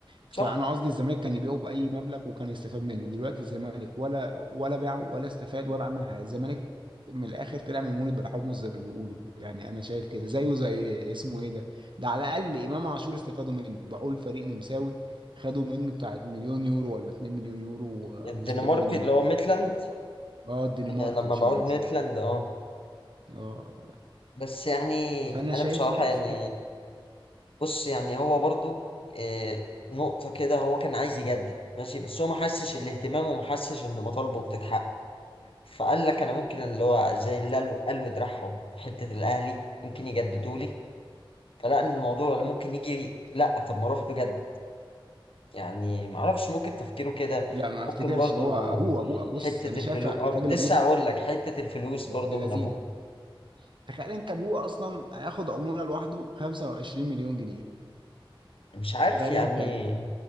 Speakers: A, on the right (about 60°); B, on the left (about 80°).
A: فانا
B: صح
A: قصدي الزمالك كان يبيعه باي مبلغ وكان يستفاد منه دلوقتي الزمالك ولا ولا باعه ولا استفاد ولا عمل حاجه الزمالك من الاخر طلع من مولد بلحومه زي ما بيقولوا يعني انا شايف كده زيه زي اسمه ايه ده ده على الاقل امام عاشور استفادوا منه باعوه لفريق نمساوي خدوا منه بتاعت مليون يورو ولا 2 مليون يورو و-
B: الدنمارك
A: واستفادوا منه
B: اللي هو ميتلاند
A: اه الدنمارك
B: آه، لما
A: مش
B: بقول
A: النمسا
B: ميتلاند اه
A: اه
B: بس يعني
A: فانا
B: انا
A: شايف
B: بصراحة
A: لا
B: يعني
A: ازاي
B: بص يعني هو برضو آه، نقطة كده هو كان عايز يجدد ماشي بس هو ما حسش الاهتمام وما حسش ان مطالبه بتتحقق فقال لك انا ممكن اللي هو زي اللي قالوا قالوا دراعهم في حتة الاهلي يمكن يجددوا لي فلا ان الموضوع ولا ممكن يجي لا طب ما اروح بجد يعني ما اعرفش ممكن تفكيره كده
A: لا ما افتكرش
B: ممكن برضو
A: هو ابوه ابوه بص
B: حتة
A: انا شايف
B: الفلوس
A: الراجل
B: لسه
A: ابوه ده
B: اقول لك حتة الفلوس
A: ابن
B: برضو من
A: لذينه
B: ابوه
A: تخيل انت ابوه اصلا هياخد عموله لوحده 25 مليون جنيه
B: مش عارف
A: تخيل
B: يعني
A: انت يعني
B: إيه.